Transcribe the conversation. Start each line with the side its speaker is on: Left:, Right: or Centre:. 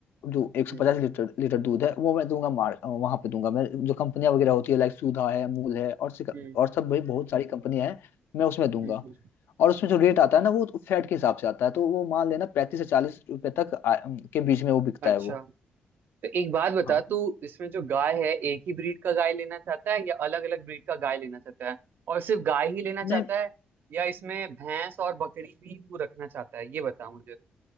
Left: जो 150
Right: हम्म
Left: लीटर लीटर दूध है वो मैं दूंगा मार वहां पे दूंगा मैं जो कंपनियां वगैरह होती है लाइक सुधा है अमूल है और से,
Right: हम्म
Left: और सब भाई बहुत सारी कंपनियां हैं मैं उसमें दूंगा
Right: हम्म, हम्म,
Left: और उसमें जो रेट आता है ना वो फैट के हिसाब से आता है तो वो मान लेना पैंतीस से चालीस रुपए तक आ, के बीच में वो बिकता
Right: अच्छा
Left: है वो
Right: तो एक बात बता
Left: हाँ
Right: तू इसमें जो गाय है एक ही ब्रीड का गाय लेना चाहता है या अलग अलग ब्रीड का गाय लेना चाहता है और सिर्फ गाय ही लेना
Left: नहीं
Right: चाहता है या इसमें भैंस और बकरी भी तू रखना चाहता है ये बता मुझे